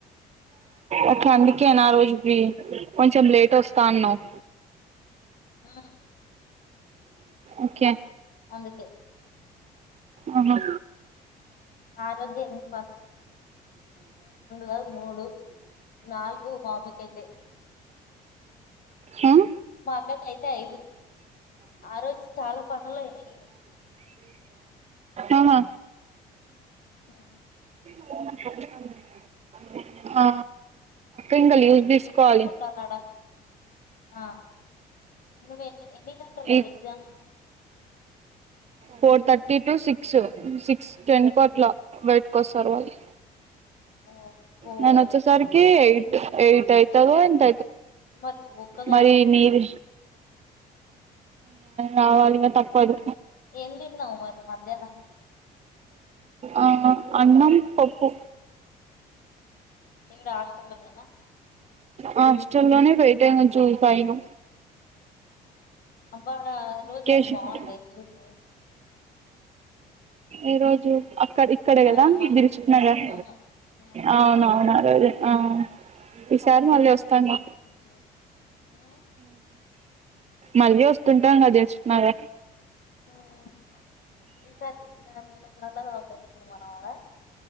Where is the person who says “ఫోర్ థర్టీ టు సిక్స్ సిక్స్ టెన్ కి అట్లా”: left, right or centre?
Right